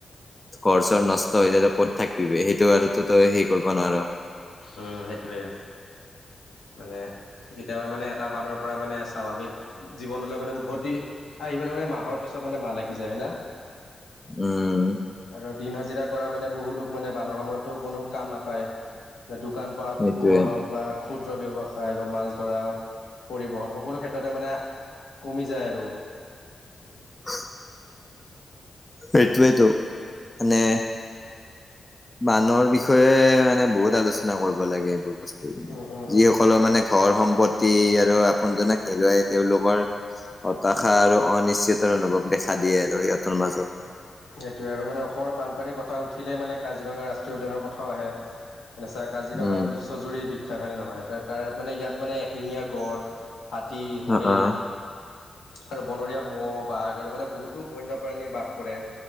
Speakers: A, on the left; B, on the left.
A: ঘৰ চৰ নষ্ট হৈ যায় ত' ক'ত থাকিবি সেইটো আৰুতো তই হেৰি কৰিব নোৱাৰ।
B: উম, সেটোৱে। মানে কেতিয়াবা মানে এটা বানৰ পৰা মানে স্বাভাৱিক জীৱনলৈ মানে উভতি আহিবলৈ মানে মাহৰ পিছত মানে মাহ লাগি যায় না।
A: উম।
B: আৰু দিন হাজিৰা কৰা মানে বহু লোক মানে বানৰ সময়তো কোনো কাম নাপায়। দোকান বা
A: সেইটোৱে
B: পোহৰ হওঁক বা খুদ ক্ষুদ্ৰ ব্যৱসায় বা মাছ ধৰা, পৰিবহণ সকলো ক্ষেত্ৰতে মানে কমি যায় আৰু।
A: <inaudible> হেইতুৱেটো নে বানৰ বিষয়ে মানে বহুত আলোচনা কৰিব লাগে এইবোৰ বস্তু মানে।
B: উম উম
A: যিয়ে
B: উম
A: সক কলৰ মানে ঘৰ সম্পত্তি আৰু আপোনজনক হেৰুৱাই তেওঁলোকৰ হতাশা আৰু অনিশ্চিত অনুভৱ দেখা দিয়ে আৰু সিহঁতৰ মাজত।
B: সেইটোৱে আৰু মানে অসমৰ বানপানীৰ কথা উঠিলেই মানে কাজিৰঙা ৰাষ্ট্ৰীয় উদ্যানৰ কথাও আহে। <unintelligible> কাজিৰঙা
A: উম,
B: বিশ্বজুৰি বিখ্যাত হয়নে নহয় ত' তাৰ মানে ইয়াত মানে এশিঙীয়া গঁড় হাতী, হৰিণ
A: অ', অ'।
B: আৰু বনৰীয়া মহ', বাঘ আৰু মানে বহুতো বন্যপ্ৰাণী বাস কৰে।